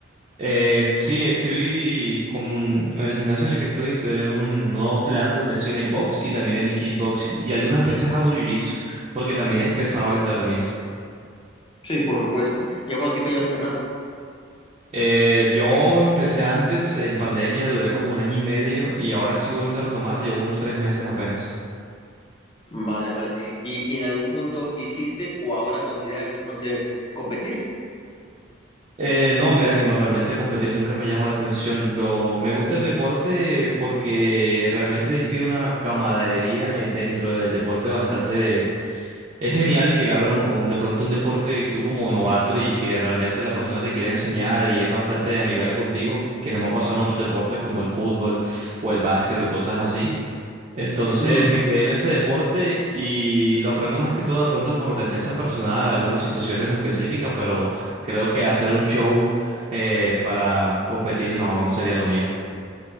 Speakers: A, on the right (about 30°); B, on the left (about 25°).
A: Eh, sí, estoy con, en el gimnasio en el que estoy, estoy en un nuevo plan donde estoy en el box y también en el kickboxing y algunas veces hago jiu-jitsu porque también es pesado el entrenamiento.
B: Sí, por supuesto. ¿Y a cuánto tiempo llevas entrenando?
A: Eh, yo empecé antes, en pandemia duré como un año y medio y ahora estoy volviendo a retomar, llevo unos tres meses apenas.
B: Vale, vale. ¿Y, y en algún punto hiciste o ahora consideras, no sé, competir?
A: Eh, no, mira que no, realmente competir nunca me llama la atención. Lo, me gusta el deporte porque realmente inspira una camaradería eh, dentro del deporte bastante... Es genial llegar a un, a un- de pronto a un deporte tú como novato y que realmente la persona te quiere enseñar y es bastante amigable contigo, que no me ha pasado en otros deportes como el fútbol o el básquet o cosas así. Entonces
B: Ujú.
A: me quedé en ese deporte y lo aprendo más que todo de pronto por defensa personal de algunas situaciones específicas, pero creo que hacer un show eh, para competir no, no sería lo mío.